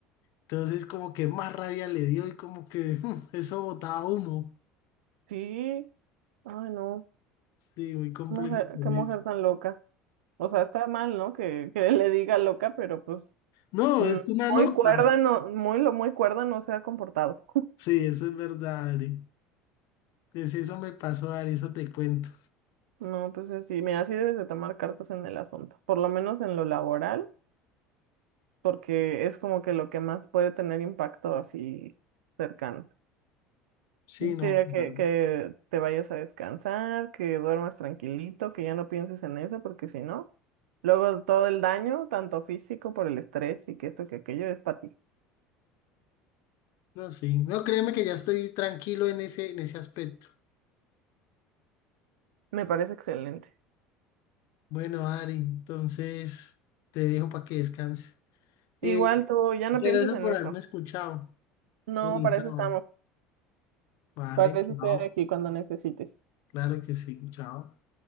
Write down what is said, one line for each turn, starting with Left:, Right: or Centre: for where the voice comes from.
Left: Entonces, como que más rabia le dio y como que "Mm, eso botaba humo.
Right: Sí, ay no,
Left: Sí, muy complejo
Right: qué mujer,
Left: con
Right: qué mujer
Left: eso.
Right: tan loca. O sea, está mal, ¿no? Que, que le diga loca, pero pues
Left: No,
Right: Mm,
Left: es una
Right: Muy
Left: loca.
Right: cuerda, no, muy, lo muy cuerda no se ha comportado. <laughs>
Left: Sí, eso es verdad, Ari. Pues eso me pasó, Ari, eso te cuento.
Right: No, pues así, mira, así debes de tomar cartas en el asunto, por lo menos en lo laboral, porque es como que lo que más puede tener impacto así cercano.
Left: Sí,
Right: Yo
Left: no,
Right: te diría que,
Left: claro.
Right: que te vayas a descansar, que duermas tranquilito, que ya no pienses en eso, porque si no, luego todo el daño, tanto físico por el estrés y que esto que aquello es para ti.
Left: No, sí. No, créeme que ya estoy tranquilo en ese, en ese aspecto.
Right: Me parece excelente.
Left: Bueno, Ari, entonces te dejo para que descanses. Eh,
Right: Igual tú ya
Left: muchas
Right: no pienses
Left: gracias
Right: en
Left: por
Right: eso.
Left: haberme escuchado.
Right: No,
Left: Bonito.
Right: para eso estamos.
Left: Vale,
Right: Para eso
Left: chao.
Right: estoy aquí cuando necesites.
Left: Claro que sí, chao.